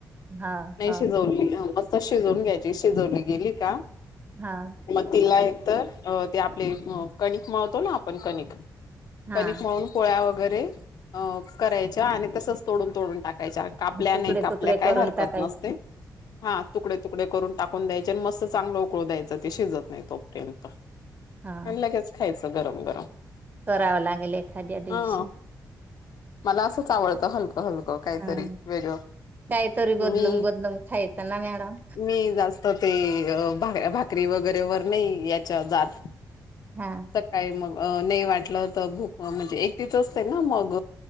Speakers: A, on the right; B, on the left.
A: हो
B: नाही
A: हो
B: शिजवली मस्त शिजवून घ्यायची शिजवली गेली का?
A: हो
B: मग तिला.... एक तर, अ... ते आपले कणिक म्हळतो ना आपण, कणिक
A: हा
B: कनिक म्हळून पोळ्या वगैरे अ करायच्या आणि तसच तोडून तोडून टाक- का कापल्या,
A: तुकडे
B: नाही कापल्या
A: तुकडे
B: काय
A: करून
B: हरकत
A: टाकाय
B: नसते. हा, तुकडे तुकडे करून टाक ून द्यायचे आणि मस्त चांगलं उकळू द्यायचं ते शिजत नाही तोपर्यंत
A: हा
B: लगेच खायचं. गरम गरम
A: करावं लागेल एखाद्या दिवशी.
B: हा मला असंच आवडतं हलकं हलकं, काहीतरी
A: हा
B: वेगळं.
A: काहीतरी बदलून
B: मी,
A: बदलून खायचं ना मॅडम
B: मी जास्त ते.. अ... भाकरी वगैरे वर नाही याच्या जात
A: हा
B: सकाळी मग नाही वाटलं तर भूक म्हणजे एकटीच असते ना मग